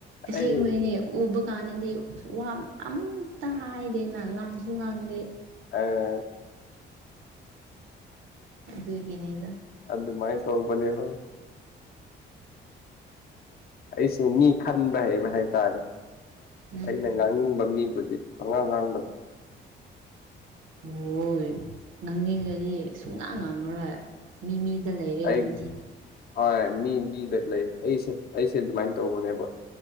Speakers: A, on the right; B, on the left.
A: ꯍ
B: ꯑꯩ
A: ꯃꯅꯦ ꯑꯗꯨꯀꯥꯟꯅꯗꯤ ꯋꯥ ꯑꯃꯇ ꯍꯥꯏꯗꯦ ꯅ ꯉꯥꯡꯁꯨ ꯉꯥꯡꯗꯦ
B: ꯑ
A: ꯑꯗꯨꯒꯤꯅꯤꯗ
B: ꯑꯗꯨ ꯑꯗꯨ ꯃꯥꯏꯟ ꯁꯅꯦꯕ ꯑꯩꯁꯨ ꯃꯤ ꯈꯟꯕ ꯍꯥꯏꯕ ꯍꯥꯏꯇꯥꯔꯦ
A: ꯎꯝ
B: ꯑꯩꯅ ꯉꯥꯡꯅꯤꯡꯕ ꯃꯤ ꯍꯧꯈꯗꯤ ꯑꯉꯥꯡ ꯉꯥꯡꯕꯗꯣ
A: ꯍꯣꯏ ꯉꯥꯡꯅꯤꯡꯒꯗꯤ ꯁꯨꯡꯅꯥꯥꯡ ꯉꯥꯡꯉꯔꯣꯏ ꯃꯤ ꯃꯤ ꯂꯩꯔꯦ
B: ꯑꯩꯒꯤ
A: ꯑꯗꯨꯗꯤ
B: ꯍꯣꯏ ꯃꯤ ꯃꯤꯗ ꯂꯩ ꯑꯩꯁꯦ ꯑꯩꯁꯦ ꯑꯗꯨꯃꯥꯏꯅ ꯇꯧꯕꯅꯦꯕ